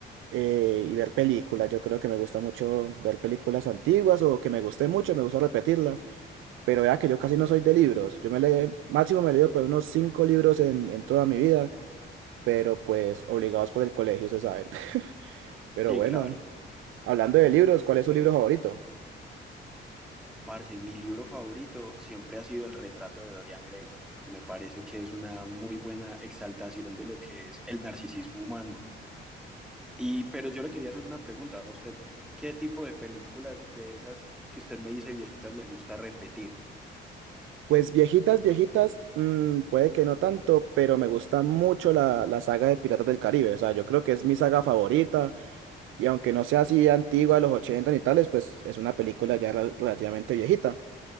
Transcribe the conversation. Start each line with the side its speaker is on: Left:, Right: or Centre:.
Right: eh, y ver películas. Yo creo que me gusta mucho ver películas antiguas o que me guste mucho, me gusta repetirlas. Pero vea que yo casi no soy de libros. Yo me leí, máximo me he leído pues unos cinco libros en, en toda mi vida, pero pues obligados por el colegio, se sabe. <laughs> Pero
Centre: Sí,
Right: bueno,
Centre: claro.
Right: hablando de libros, ¿cuál es su libro favorito?
Centre: Parce, mi libro favorito siempre ha sido El retrato de Dorian Gray. Me parece que es una muy buena exaltación de lo que es el narcisismo humano. Y, pero yo le quería hacer una pregunta a usted, ¿qué tipo de películas de esas que usted me dice viejitas le gusta repetir?
Right: Pues viejitas, viejitas, mm, puede que no tanto, pero me gusta mucho la, la saga de Piratas del Caribe. O sea, yo creo que es mi saga favorita. Y aunque no sea así antigua de los 80 ni tales, pues es una película ya rel- relativamente viejita.